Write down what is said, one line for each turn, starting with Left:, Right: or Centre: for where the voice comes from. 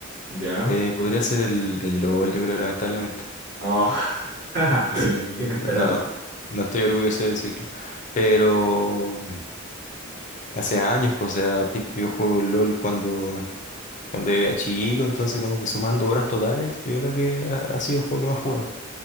Right: ¿Ya?
Left: eh, podría ser el, el LOL, yo creo, lamentablemente.
Right: Oh. <laughs>
Left: Sí, no,
Right: Inesperado.
Left: no- no estoy orgulloso de decirlo. Pero hace años, pues, o sea, tipo, yo juego LOL cuando. Cuando era chico, entonces como que sumando horas totales, yo creo que ha, ha sido el juego que más he jugado.